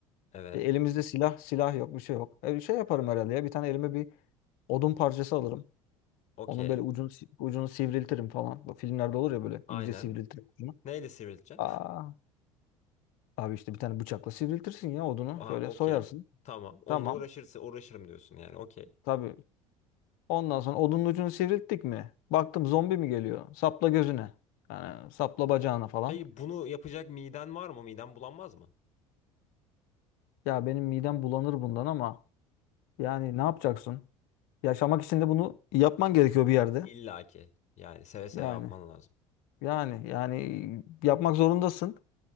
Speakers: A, on the left; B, on the left.
A: Evet.
B: E, Elimizde silah, silah yok, bir şey yok. E, bir şey yaparım herhalde ya. Bir tane elime bir odun parçası alırım.
A: Okey.
B: Onun böyle ucunu si- ucunu sivriltirim falan. Bu filmlerde olur ya böyle
A: Aynen.
B: iyice sivriltirim ucunu.
A: Neyle sivrileceksin?
B: Aa, abi işte bir tane bıçakla sivriltirsin ya
A: <laughs>
B: odunu.
A: Aha,
B: Şöyle
A: okey.
B: soyarsın.
A: Tamam. Onunla
B: Tamam.
A: uğraşırsa uğraşırım diyorsun yani. Okey.
B: Tabii. Ondan sonra odunun ucunu sivrilttik mi? Baktım zombi mi geliyor? Sapla gözüne. Yani sapla bacağına falan.
A: Peki bunu yapacak miden var mı? Miden bulanmaz mı?
B: Ya benim midem bulanır bundan ama yani ne yapacaksın? Yaşamak için de bunu yapman gerekiyor bir yerde.
A: İlla ki. Yani seve seve
B: Yani.
A: yapman lazım.
B: Yani yani yapmak zorundasın.